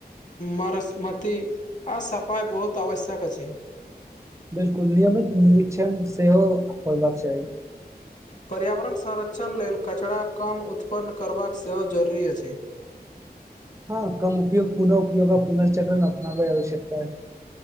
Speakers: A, on the left (about 45°); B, on the right (about 15°).
A: मरस्मती आओर सफाइ बहुत आवश्यक अछि
B: बिलकुल नियमित निरीक्षण सेहो होयबाक चाही
A: पर्यावरण संरक्षण लेल कचराा कम उत्पन्न करबाक सेहो जरूरी अछि
B: हँ कम उपयोग पुनः उपयोग आ पुनर्चक्रण अपनाबइ आवश्यकताै